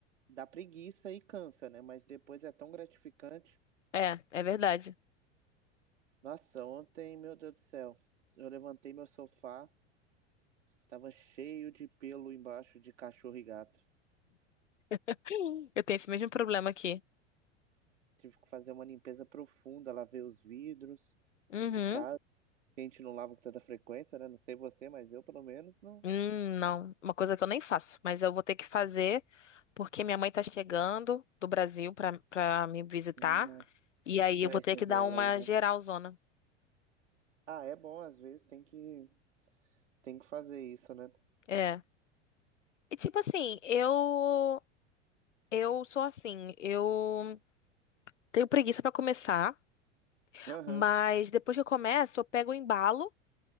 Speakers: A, on the right; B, on the left.
A: dá preguiça e cansa, né? Mas depois é tão gratificante.
B: É, é verdade.
A: Nossa, ontem, meu Deus do céu, eu levantei meu sofá, tava cheio de pelo embaixo de cachorro e gato.
B: <gasps> <laughs> Eu tenho esse mesmo problema aqui.
A: Tive que fazer uma limpeza profunda, lavei os vidros
B: Uhum.
A: de casa, que a gente não lava com tanta frequência, né? Não sei você, mas eu pelo menos não.
B: Hum, não, uma coisa que eu nem faço, mas eu vou ter que fazer porque minha mãe tá chegando do Brasil pra, pra me visitar.
A: Hum,
B: E aí
A: Você
B: eu
A: vai
B: vou
A: receber
B: ter que dar
A: ela
B: uma
A: aí, né?
B: geralzona.
A: Ah, é bom, às vezes tem que, tem que fazer isso, né?
B: É. E tipo assim, eu eu sou assim, eu Tenho preguiça pra começar,
A: Aham.
B: mas depois que eu começo, eu pego o embalo